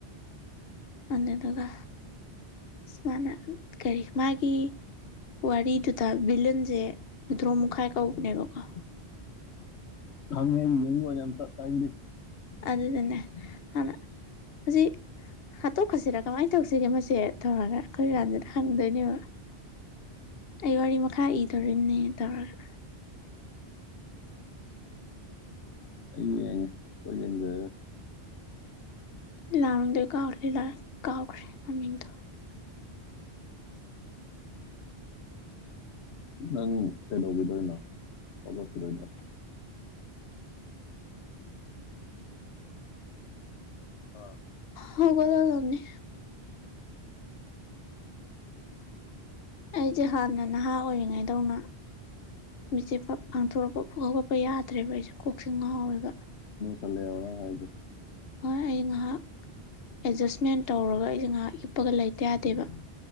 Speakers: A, on the left (about 65°); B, on the left (about 80°).
A: ꯑꯗꯨꯗꯨꯒ ꯁꯨꯃꯅ ꯀꯔꯤ ꯃꯥꯒꯤ ꯋꯥꯔꯤꯗꯨꯗ ꯚꯂꯟꯁꯦ ꯍꯏꯗ꯭ꯔꯣ ꯃꯈꯨꯥꯏ ꯀꯧꯕꯅꯦꯕꯀꯣ
B: ꯈꯉ ꯌꯦꯡ ꯋꯥꯅꯦ ꯑꯇ ꯇꯥꯡꯗꯤꯦ
A: ꯑꯗꯨꯗꯗꯟꯅꯦ ꯑꯅ ꯑꯁꯤ ꯍꯥꯠꯇꯣꯛꯈꯁꯤꯔꯥ ꯀꯃꯥꯏꯅ ꯇꯧꯁꯤꯒꯦ ꯃꯁꯦ ꯇꯧꯔꯒ ꯑꯩꯈꯣꯏ ꯀꯥꯟꯗ ꯍꯪꯗꯣꯏꯅꯦꯕ ꯑꯩ ꯋꯥꯔꯤ ꯃꯈꯥ ꯏ ꯇꯧꯔꯤꯝꯅꯦ ꯍꯥꯏꯇꯥꯔꯒ
B: ꯑꯉ ꯑꯩꯣꯏ
A: ꯑ ꯀꯍ ꯂ ꯀꯥꯎꯈ꯭ꯔꯦ ꯃꯃꯤꯡꯗꯣ
B: ꯅꯪ ꯀꯩꯗꯧꯈꯤꯗꯣꯏꯅꯣ ꯂꯧꯈꯠꯈꯤꯗꯣꯏꯗ꯭ꯔꯣ ꯑꯥ
A: ꯍꯒꯣꯂꯝꯅꯤ ꯑꯩꯁꯦ ꯍꯥꯟꯅ ꯅꯍꯥ ꯑꯣꯏꯔꯤꯉꯩꯗꯧꯅ ꯃꯤꯆꯦ ꯄꯥꯡꯊꯣꯔꯛꯄ ꯐ ꯍꯧꯒꯠꯄ ꯌꯥꯗꯦ ꯐꯠꯇ꯭ꯔꯦꯕ ꯑꯩꯁꯦ ꯀꯣꯛꯆꯤꯡ ꯉꯥꯎꯋꯦꯕ
B: ꯆꯂꯦ ꯋꯥ ꯍꯥꯏꯦ
A: ꯍꯣꯏ ꯑꯩ ꯉꯥꯏꯍꯥꯛ ꯑꯦꯗꯖꯁꯃꯦꯟ ꯇꯧꯔꯒ ꯑꯩꯁꯦ ꯉꯥꯏꯍꯥꯛꯀꯤ ꯀꯞꯄꯒ ꯂꯩꯇ ꯌꯥꯗꯦꯕ